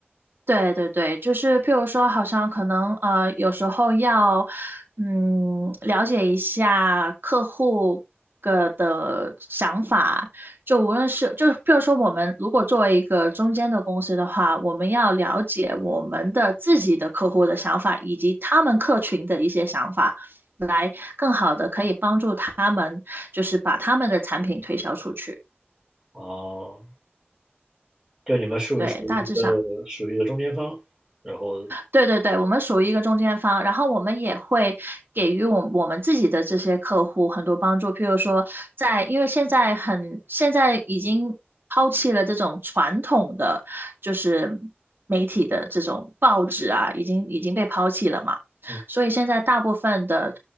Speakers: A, on the right (about 55°); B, in the centre.
A: 对对对，就是譬如说，好像可能呃，有时候要嗯了解一下客户个的想法，就无论是就是譬如说，我们如果作为一个中间的公司的话，我们要了解我们的自己的客户的想法，以及他们客群的一些想法，来更好的可以帮助他们，就是把他们的产品推销出去。
B: 啊，哦就你们属于属于一个属于一个中间方，
A: 对，大致上。
B: 然后
A: 对对对，我们属于一个中间方，然后我们也会给予我我们自己的这些客户很多帮助，譬如说在，因为现在很，现在已经抛弃了这种传统的就是媒体的这种报纸啊，已经已经被抛弃了嘛，
B: 嗯
A: 所以现在大部分的